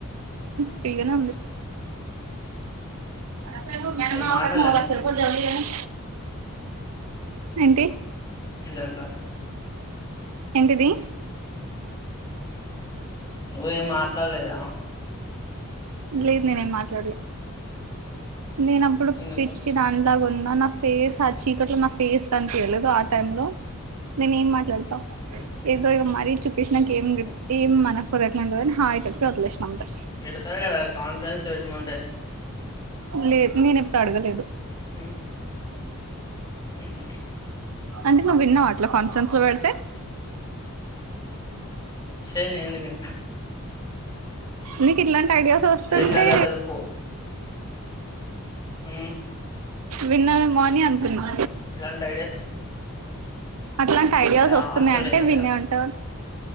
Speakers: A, on the right; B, on the left.
A: ఫ్రీగానే
B: హ్మ్.
A: వుంది అ మ
B: ఏం
A: మా
B: మాట్లాడలేను.
A: కట్ట్టన వాల <unintelligible> ఫరుపు జల్దుగాని ఏంటి
B: జనా <unintelligible>
A: ఎంటిది
B: నువ్వు ఏమ్ మాట్లాడలేదా
A: లేదు నేను ఏం మాట్లాడలే నేను అప్పుడు
B: ఎందుకు?
A: పిచ్ దాంట్లాగా ఉన్న నా ఫేస్ ఆ చీకట్లో నా ఫేస్ కనిపియలేదు ఆ టైమ్ లో నేను ఏం మాట్లాడతా
B: హ్మ్.
A: ఏదో ఇగ మరీ చూపిచినక ఏం
B: ఓహో!
A: ఏం మన ఎట్లుంటదో అని హాయి చెప్పి వదిలేసిన అంతే
B: పెడతాడు కద కాన్ఫరెన్స్ పెట్టమంటే
A: లేదు నేను ఎప్పుడు అడగలేదు
B: హ <unintelligible> హూ హమ్
A: అంటే నువ్వు విన్నావ అట్లా కాన్ఫరెన్స్ లో పెడితే
B: చే నేను ఎందుకే
A: నీకు ఇట్లాంటి ఐడియాస్ వస్తుంటే
B: జనరల్ అసలు పో ఉం
A: విన్న నేమో అని అనుకున్నా
B: ఇలాంటి ఐడియాస్
A: అట్లాంటి ఐడియాస్
B: అంటే
A: వస్తున్నాయి
B: హాస్టల్‌లో
A: అంటే
B: ఇనేది
A: వినే
B: అట్లా.
A: ఉంటావు